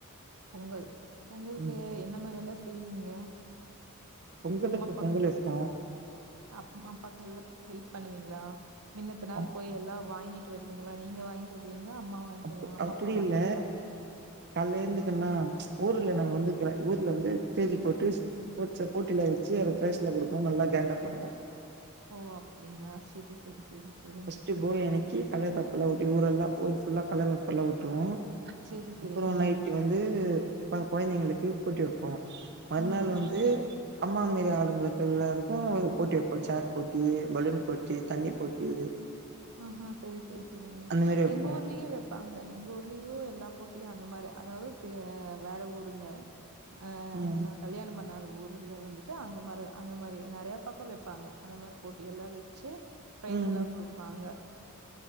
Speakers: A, on the right (about 85°); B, on the right (about 50°).
A: பொங்கல் பொங்கலுக்கு
B: ம்
A: என்ன மாரி எல்லா செய்வீங்க
B: பொங்கலுக்கு
A: அம்மாப்பாக்கு
B: பொங்கல் வைப்போ
A: அப் அம்மா அப்பாவுக் எல்லா ஹெல்ப் பண்ணுவீங்ளா மின்னத்துனாள்
B: அப்
A: போய் எல்லா வாங்கிட் வருவீங்ளா நீங்க வாங்கிட்டு வருவீங்ளா அம்மா வாங்கிட்
B: அப்
A: வருவாங்க அம்மா
B: அப்டி
A: அப்பா வாங்கிட்டு
B: இல்ல
A: வருவா
B: கால்ல எழுந்துருக்கனா ஊர்ல நாங்க வந்து கிர ஊர்ல வந்து ஸ்டேஜ் போட்டு போட்ஸ்ச போட்டிலா வச்சு அது பிரைஸ்லா குடுப்போ நல்லா கேங்கா பண்ணுவோ
A: ஓ அப்டிங்களா செரி செரி செரி செரிங்க
B: வீட்டுக்கு போய் அன்னக்கி கலர் பேப்பர்லா ஒட்டி ஊர் எல்லா ஊர் ஃபுல்லா கலர்பேபர்லா ஒட்டுவோ
A: செரி செரிங்க
B: அப்ற நைட் வந்து கொழந்தைங்களுக்கு போட்டி வப்போ மறுநாள்
A: ம் ம்
B: வந்து அம்மா மாரி ஆளுங்களுக் எல்லாருக்கு ஒரு போட்டி வப்போ சேர் போட்டி பலூன் போட்டி தண்ணி போட்டி
A: ஆஹா செரி செரி செரிங்க
B: அந்த மாரி வெப்போ
A: எங்க ஊர்லயு வ ப்பாங்க எங்க ஊர்லயு எல்லா போட்டியு அந்த மாரி அதாவது வேற ஊருங்க ஆ
B: ம்
A: நா கல்யாணம் பண்ணாத ஊருல வந்துட்டு அந்த மாரி அந்த மாரி நெறைய பக்கம் வெப்பாங்க அந்த மாரி போட்டி எல்லா வெச்சு ப்ரைஸல்லா
B: ம்
A: குடுபாங்க